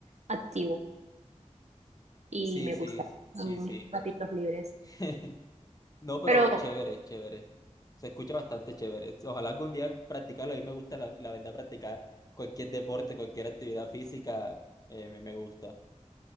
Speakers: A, on the right; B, on the left.
A: activo y
B: Sí,
A: me
B: sí,
A: gusta
B: sí,
A: en
B: sí.
A: mis ratitos libres.
B: <laughs> No, pero
A: Pero
B: chévere, chévere. Se escucha bastante chévere. Ojalá algún día practicarlo. A mí me gusta, la, la verdad, practicar cualquier deporte, cualquier actividad física, eh, me, me gusta.